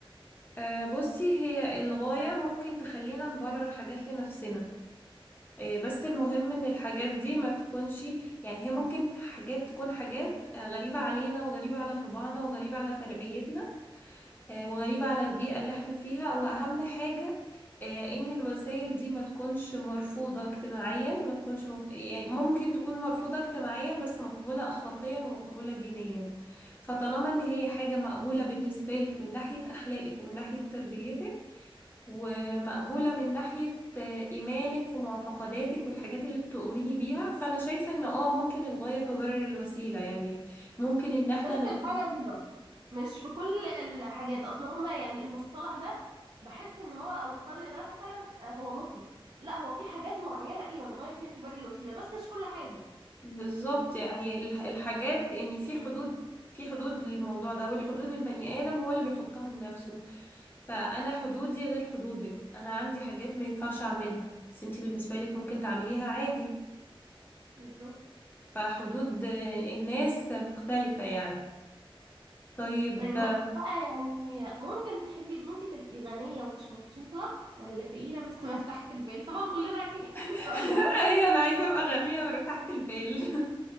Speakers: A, on the left; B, on the right.
A: آه، بصي هي الغاية ممكن تخلينا نبرر حاجات لنفسنا آه، بس المهم ان الحاجات دي ما تكونش يعني هي ممكن حاجات تكون حاجات آه، غريبة علينا وغريبة على طباعنا وغريبة على تربيتنا آه، وغريبة على البيئة اللي احنا فيها واهم حاجة آه، ان الوسائل دي ما تكونش مرفوضة اجتماعيا وما تكونش م- يعني ممكن تكون مرفوضة اجتماعيا بس مقبولة اخلاقيا ومقبولة دينيا فطالما ان هي حاجة مقبولة بالنسبة لك من ناحية اخلاقك ومن ناحية تربيتك ومقبولة من ناحية آه، إيمانك ومعتقداتك والحاجات اللي بتؤمني بيها فأنا شايفة إن آه ممكن الغاية تبرر الوسيلة يعني ممكن إن إحنا
B: بس
A: ند...
B: في الحالة دي بس مش في كل الحاجات اصل هما يعني المصطلح ده بحس ان هو او القول ده مثلا آه، هو مطلق لا هو في حاجات معينة ايوه الغاية فيها تبرر الوسيلة بس مش كل حاجة
A: بالظبط يعني الح- الحاجات يعني في حدود في حدود للموضوع ده والحدود البني آدم هو اللي بيحطها لنفسه فأنا حدودي غير حدودك أنا عندي حاجات ما ينفعش أعملها بس أنتي بالنسبة لك ممكن تعمليها عادي
B: بالظبط
A: فحدود آه، الناس مختلفة يعني طيب
B: طيب هو بقى يعني ممكن تحبي ان انت تبقي غنية ومش مبسوطة ولا فقيرة بس <laughs> مرتاحة البال طبعا كلنا عارفين اجابة
A: <laughs>
B: السؤال ده
A: ايوه انا عايزه ابقى غنيه مرتاحه البال